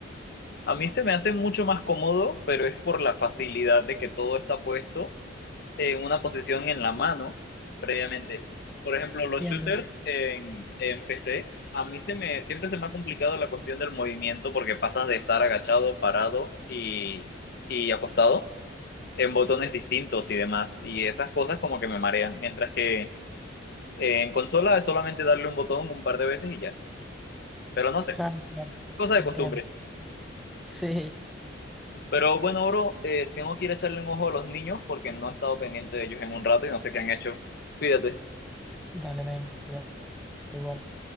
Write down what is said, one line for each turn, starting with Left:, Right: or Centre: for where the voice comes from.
Left: A mí se me hace mucho más cómodo, pero es por la facilidad de que todo está puesto en una posición en la mano previamente. Por ejemplo, los
Centre: Entiendo.
Left: shooters en, en PC, a mí se me, siempre se me ha complicado la cuestión del movimiento porque pasas de estar agachado, parado y, y acostado en botones distintos y demás. Y esas cosas como que me marean. Mientras que eh, en consola es solamente darle un botón un par de veces y ya. Pero no sé,
Centre: Claro, claro.
Left: cosa de
Centre: Entiendo.
Left: costumbre.
Centre: Sí.
Left: Pero bueno, bro, eh, tengo que ir a echarle un ojo a los niños porque no he estado pendiente de ellos en un rato y no sé qué han hecho. Cuídate.
Centre: Dale, men, cuídate igual.